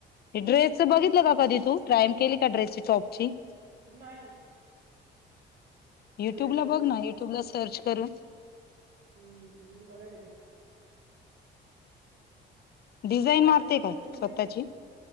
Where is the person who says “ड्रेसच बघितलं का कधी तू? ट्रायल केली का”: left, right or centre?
Left